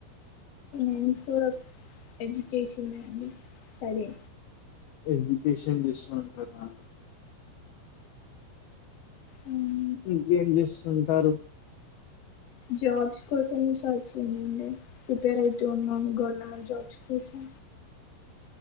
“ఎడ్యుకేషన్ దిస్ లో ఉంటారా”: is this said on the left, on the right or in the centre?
Left